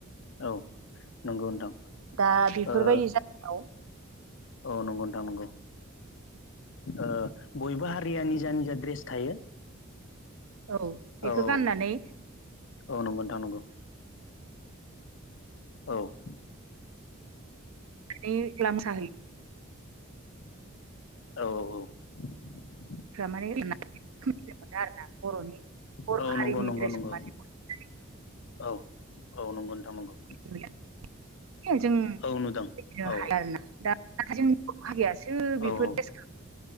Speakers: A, on the left; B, on the right.
A: औ नंगौ नोंथां
B: दा बेफोरबायदि
A: ओ
B: जायगायाव
A: औ नंगौ नोंथां नंगौ ओ बयबो हारि- या निजा निजा ड्रेस थायो।
B: औ बेखौ
A: औ औ
B: गाननानै
A: औ नंगौ नोंथां नंगौ। औ
B: नानै जेला मोसाहैयो।
A: औ औ औ
B: <unintelligible> सिनाय मोनो आरोना बर'नि बर'
A: औ
B: हारिनि
A: नंगौ नंगौ
B: दड्रेसखौ
A: नंगौ
B: माने टटेलि
A: औ औ नंगौ नोंथां नंगौ
B: नुयो जों बिनो
A: औ नुदों औ
B: हाया आरोना दा नाथाय जोंनि बर' हारियाासो
A: औ
B: बेफोर द्रेसखौ